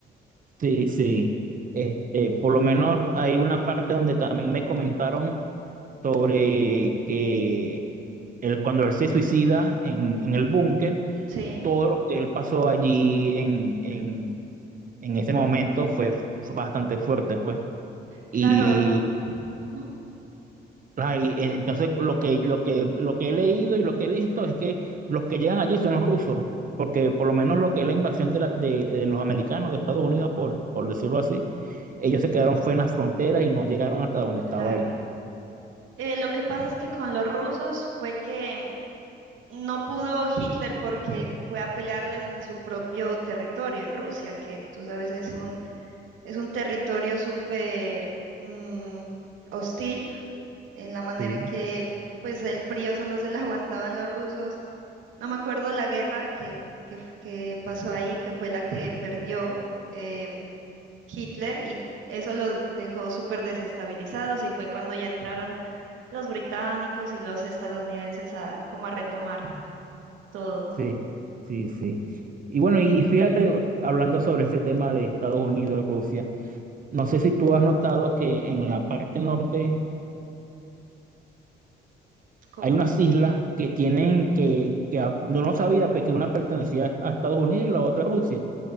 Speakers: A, on the right; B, on the right.
A: Sí, sí. Este, por lo menos hay una parte donde también me comentaron sobre que él, cuando él se suicida en, en el búnker,
B: sí.
A: todo lo que él pasó allí en, en, en ese momento fue, fue bastante fuerte, pues.
B: Claro,
A: Y
B: Ujú,
A: ah, y, eh, entonces lo que, lo que, lo que he leído y lo que he visto es que los que llegan allí son los rusos, porque por lo menos lo que es la invasión de, la- de, de los americanos de Estados Unidos, por, por decirlo así, ellos se quedaron fue en la frontera y no llegaron hasta donde
B: claro.
A: estaba él.
B: Eh, lo que pasa es que con los rusos fue que mm, no pudo Hitler porque fue a pelearles en su propio territorio, en Rusia, que tú sabes es un, es un territorio súper mm, hostil en la manera
A: Sí,
B: en que pues el frío solo se lo <laughs> aguantaban los rusos. No me acuerdo la guerra que, que, f- que pasó ahí, que fue la que perdió em, Hitler y eso los dejó súper desestabilizados y fue cuando ya entraron los británicos y los estadounidenses a como a retomar todo.
A: sí, sí, sí. Y bueno, y fíjate, hablando sobre ese tema de Estados Unidos, Rusia. No sé si tú has notado que en la parte norte
B: Co-
A: hay unas islas que tienen que, que a- no lo sabía, pero que una pertenecía a Estados Unidos y la otra a Rusia.